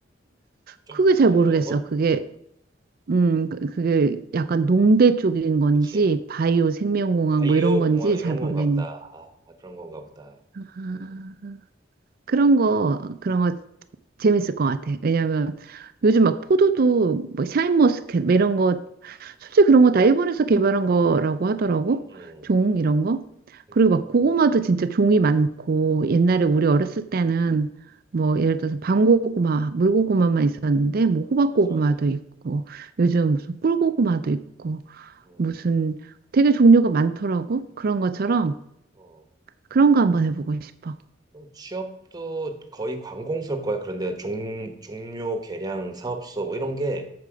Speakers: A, on the right; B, on the right.
A: 좀
B: 그게
A: 다른가
B: 잘 모르겠어.
A: 유전학
B: 그게
A: 어,
B: 음 그- 그게 약간 농대 쪽인 건지
A: 그치.
B: 바이오 생명공학
A: 바이오공학
B: 뭐 이런 건지 잘
A: 이런
B: 모르겠는.
A: 건가 보다. 아, 아, 그런 건가 보다.
B: 아,
A: 음,
B: 그런 거
A: 재밌,
B: 그런
A: 음,
B: 거 재밌을 것 같아. 왜냐면 요즘
A: 재밌겠네.
B: 막 포도도 뭐 샤인머스켓
A: 어,
B: 뭐 이런 거 솔직히 그런 거 다 일본에서 개발한 거라고 하더라고.
A: 응, 응,
B: 종 이런 거.
A: 음,
B: 그리고 막 고구마도 진짜 종이 많고 옛날에
A: 그치.
B: 우리 어렸을 때는 뭐
A: 음,
B: 예를 들어서 밤고구마, 물고구마만 있었는데 뭐 호박고구마도
A: 맞아, 맞아.
B: 있고 요즘
A: 어,
B: 무슨 꿀고구마도 있고
A: 음,
B: 무슨 되게 종류가 많더라고. 그런 것처럼
A: 어.
B: 그런 거 한번 해보고 싶어.
A: 그럼 취업도 거의 관공서일 거야. 그런데 종, 종묘 계량 사업소 뭐 이런 게